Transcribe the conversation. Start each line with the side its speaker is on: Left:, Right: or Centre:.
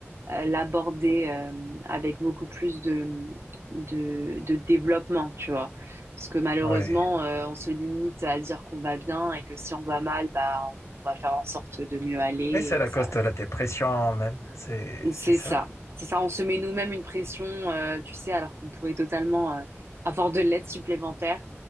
Right: euh, l'aborder euh, avec beaucoup plus de, de, de développement, tu vois. Parce que malheureusement,
Left: ouais.
Right: euh, on se limite à dire qu'on va bien et que si on va mal, bah, on va faire en sorte de mieux aller
Left: Mais c'est
Right: et
Left: la
Right: que ça.
Left: cause de la dépression même, c'est,
Right: C'est
Left: c'est ça.
Right: ça. C'est ça, on se met nous-mêmes une pression, euh, tu sais, alors qu'on pourrait totalement euh, avoir de l'aide supplémentaire.